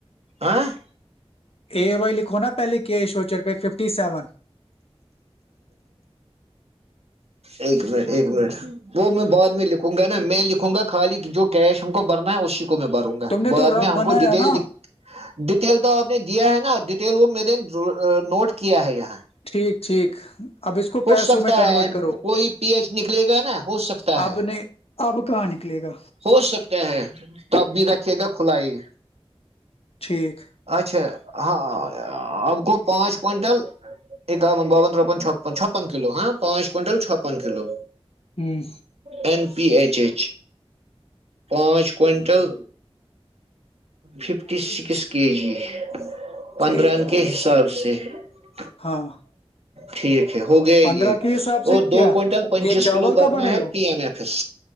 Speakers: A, on the right; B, on the left.
A: آ <unintelligible>
B: اےے وائی لکھو نا پہلے کی ایشوچر پہ ففٹی سیون
A: ایک منٹ ایک منٹ وہ میں بعد میں لکھوں گا نا میں لکھوں گا خالی جو کیش ہم کو بھرنا ہے اسی میں بھروں گا
B: تم نے
A: بعد
B: تو رف
A: میں ہم
B: بنایا
A: کو ڈیٹیل
B: نا
A: ڈیٹیل تو آپ نے دیا ہے نا ڈیٹیل وہ میں نے نوٹ کیا ہے یہاں
B: ٹھیک ٹھیک اب اس کو
A: ہو
B: پیسوں
A: سکتا
B: میں کنورٹ
A: ہے
B: کرو
A: کوئی پی ایچ نکلے گا نا ہو سکتا
B: اب
A: ہے
B: نے اب کہاں نکلے گا
A: ہو سکتا ہے تب بھی رکے گا کھلا ہی
B: ٹھیک
A: اچھا ہاںاں آپ کو پانچ کونٹل ایک دون باون روپن چھپنپھپن کلو ہاں پانچ کئنٹل چھپن کلو
B: ہوں
A: این پی ایچ ایچ پانچ quintal fifty six K G پندرہن
B: ٹھیک
A: کے حساب سے ت
B: ہاں
A: ٹھیک ہو گیا یہ
B: پندرہ کے حساب سے
A: اور دو
B: کیا
A: کوئنٹل پچیس
B: یہ چاول
A: کلو
B: کا
A: برنا
B: بنے
A: ہے
B: ہو
A: پی ایم ایف ایس